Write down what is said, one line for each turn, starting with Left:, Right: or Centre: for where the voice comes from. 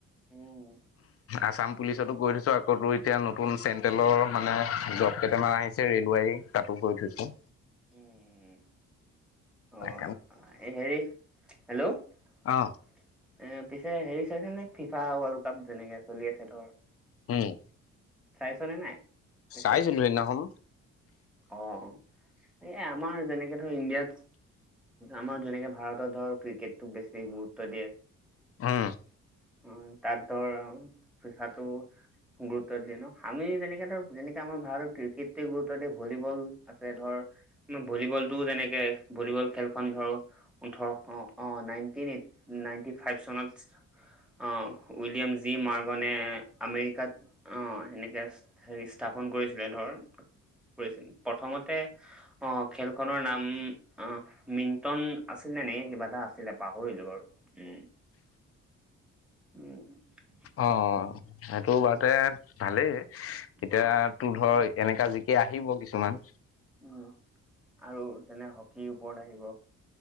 Centre: উম
Left: আসাম পুলিচতো গৈ থৈছোঁ আকৌ এতিয়া নতুন চেণ্ট্ৰেলৰ মানে জব কেইটামান আহিছে ৰেলৱাৰী তাটো কৰি থৈছো
Centre: উম, অ',
Left: হয়
Centre: হেৰি হেল্ল' এ
Left: অ
Centre: পিছে হেৰি চাইছে নে ফিফা ৱৰ্ল্ড কাপ যেনেকে চলি আছে ধৰ
Left: উম
Centre: চাইছনে নাই। পিছে
Left: চাইছিলো সেইদিখন
Centre: অ এই আমাৰ যেনেকে ধৰ ইণ্ডিয়াত আমাৰ যেনেকে ভাৰতৰ ধৰ ক্ৰিকেটটোক বেছি গুৰুত্ব দিয়ে।
Left: উম
Centre: উ তাত ধৰ পইচাটো গুৰুত আমি যেনেকে ধৰক যেনেকে আমাৰ ভাৰতৰ ক্ৰিকেটে গুৰুত্ব দিয় ভলীবল আছে ধৰ ভলীবল টো যেনেকে ভলীবল খেলখন ধৰ ওঠৰশ অ নাইনটিনট নাইনটি ফাইভ চনত আহ উইলিয়াম জি মাৰ্গনে আমেৰিকাত অ সেনেকে হেৰি স্থাপন কৰিছিলে ধৰ ছিল প্ৰথমতে অ খেলখনৰ নাম আহ মিন্টন আছিল। এনেকে কিবা এটা আছিলে পাহৰিলো বাৰু উম উম
Left: অ সেইটো বাৰতে ভালেই এতিয়া
Centre: অ',
Left: তো ধৰ এনেকা জিকে আহিব কিছুমান।
Centre: উম আৰু তেনে হকীৰ ওপৰত আহিব